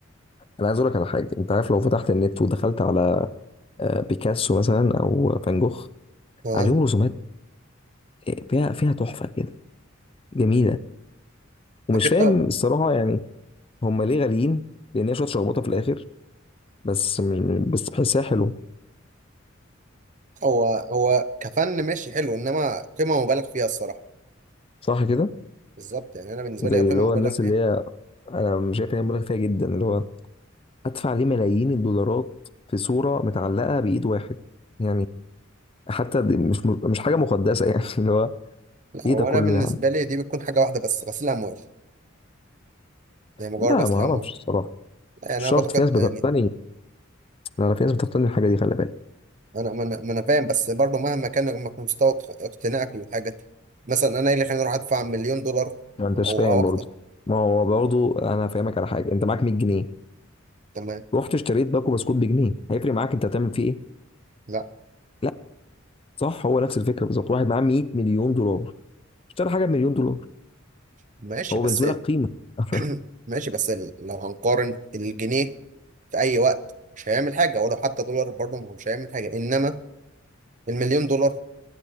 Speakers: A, on the left; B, on the right.
A: انا عايز اقول لك على حاجه انت عارف لو فتحت النت ودخلت على آه، بيكاسو مثلا او فان جوخ
B: اه
A: عليهم رسومات آه، فيها فيها تحفه كده جميله ومش
B: اكيد
A: فاهم
B: طب
A: الصراحه يعني هم ليه غاليين لان هي شويه شخبطه في الاخر بس مش بس بحسها حلو
B: هو هو كفن ماشي حلو انما قيمة مبالغ فيها الصراحة
A: صح كده
B: بالظبط يعني انا بالنسبة
A: زي
B: لي هي قيمة
A: اللي هو
B: مبالغ
A: الناس
B: فيها
A: اللي هي انا مش شايف ان هي مبالغ فيها جدا اللي هو ادفع ليه ملايين الدولارات في صوره متعلقه بايد واحد يعني حتى دي مش مش حاجه مقدسه يعني <laughs> اللي هو
B: لا هو
A: ايه ده كله
B: انا بالنسبة
A: يا عم
B: لي دي بتكون حاجة واحدة بس غسيل اموال يعني مجرد
A: لا
B: غسيل
A: ما اعرفش
B: اموال
A: الصراحه
B: يعني انا
A: مش شرط
B: بعتقد
A: في ناس بتقتني
B: يعني
A: لا لا، في ناس بتقتني الحاجه دي خلي بالك
B: انا ما انا ما أنا فاهم بس برضه مهما كان مك- مستوى اق- اقتناعك للحاجات مثلا انا ايه اللي خليني اروح ادفع مليون دولار
A: ما انتش
B: او
A: فاهم
B: او اكتر
A: برضه ما هو برضه انا فاهمك على حاجه انت معاك 100 جنيه
B: تمام
A: رحت اشتريت باكو بسكوت بجنيه هيفرق معاك انت هتعمل فيه ايه
B: لا
A: لا صح هو نفس الفكره بالظبط واحد معاه 100 مليون دولار اشترى حاجه بمليون دولار
B: ماشي
A: هو
B: بس
A: بالنسبه لك قيمه <laughs>
B: <clears throat> ماشي بس لو هنقارن الجنيه في اي وقت مش هيعمل حاجه ولو حتى دولار برضه ما هو مش هيعمل حاجه انما المليون دولار